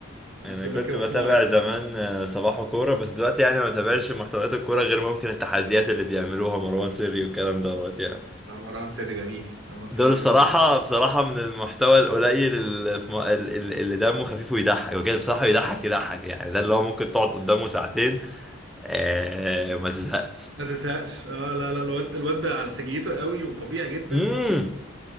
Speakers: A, on the right; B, in the centre.
A: مش
B: انا
A: زملكاوي
B: كنت بتابع
A: حمار يعني
B: زمان آه، صباح كوره بس دلوقتي يعني ما بتابعش محتويات الكوره غير ممكن التحديات اللي بيعملوها مروان سري والكلام دوت يعني.
A: لا مروان سري جميل مروان سري
B: دول بصراحة
A: جميل قوي
B: بصراحة من المحتوى القليل اللي, في م... اللي اللي دمه خفيف ويضحك بجد بصراحة يضحك يضحك يعني ده اللي هو ممكن تقعد قدامه ساعتين آه ما تزهقش
A: ما تزهقش اه لا لا الواد الواد بقى على سجيته قوي وطبيعي جدا
B: امم